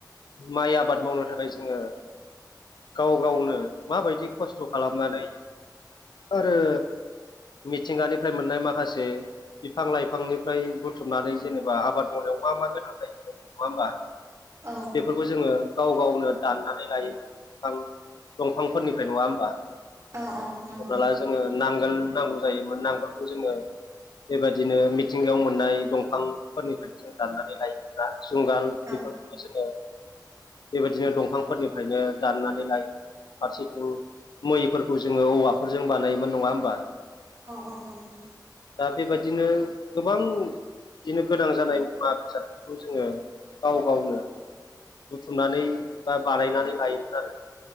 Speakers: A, on the left; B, on the right.
A: माइ आबाद मावनो थाखाय जोङो गाव गावनो माबायदि खस्थ' खालामनानै आरो मिथिंगानिफ्राय मोननाय माखासे बिफां लाइफांनिफ्राय बुथुमनानै जेनेबा आबाद मावनायाव मा मा गोनां जायो नङा होमबा
B: औ
A: बेफोरखौ जोङो गाव गावनो दाननानै लायोोमां दंफांफोरनिफ्राय नङा होमबा?
B: औ औ नंगौ
A: हमना ला जोङो नांगोल नांगौ जायोमोन नांगोलखौ जोङो बेबायदिनो मिथिंगायाव मोननाय दंफांफोरनिफ्रायनो जों दाननानै लाइफ्रा जुंगाल बेफोरखौबो
B: औ
A: जोङो बेबायदिनो दंफांफोरनिफ्रायनो दाननानै लायो। फारसेथिं मैफोरखौ जोङो औवाफोरजों बानायोमोन नङा होमबा?
B: औ औ नंगौ
A: दा बेबायदिनो गोबां बिदिनो गोनां जानाय मुवा बेसादफोरखौ जोङो गाव गावनो बुथुमनानै बा बानायनानै लायोमोन आरो।